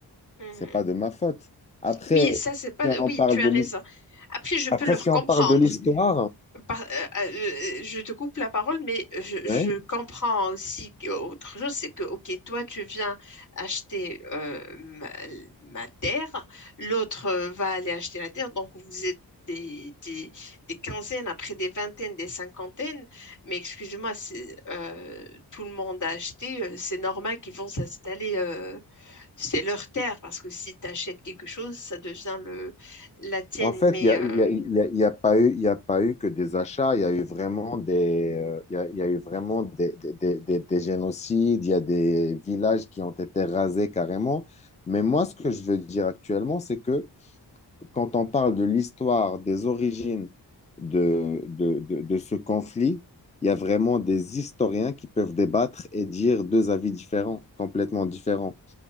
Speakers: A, on the left (about 45°); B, on the left (about 15°).
A: Mhm.
B: C'est pas de ma faute. Après,
A: Oui, ça c'est pas.
B: si on
A: Oui,
B: parle
A: tu
B: de
A: as raison.
B: l'histoire,
A: Après, je
B: après,
A: peux leur
B: si on
A: comprendre.
B: parle de l'histoire,
A: Par- euh, euh, je te coupe la parole, mais je,
B: ouais.
A: je comprends aussi que- autre chose, c'est que, ok, toi, tu viens acheter euh, ma, ma terre, l'autre euh, va aller acheter la terre, donc vous êtes des, des, des quinzaines, après des vingtaines, des cinquantaines, mais excusez-moi, c'est, euh, tout le monde a acheté, euh, c'est normal qu'ils vont s'installer, euh, c'est leur terre, parce que si tu achètes quelque chose, ça devient le, la tienne,
B: En fait,
A: mais
B: Ça
A: euh,
B: il n'y a, il y a, il y a- il y a pas eu, il y a pas eu que des achats, il y a eu vraiment des, euh, il y a, il y a eu vraiment des, des, des, des- des génocides, il y a des villages qui ont été rasés carrément. Mais moi, ce que je veux dire actuellement, c'est que quand on parle de l'histoire, des origines de, de, de, de ce conflit, il y a vraiment des historiens qui peuvent débattre et dire deux avis différents, complètement différents.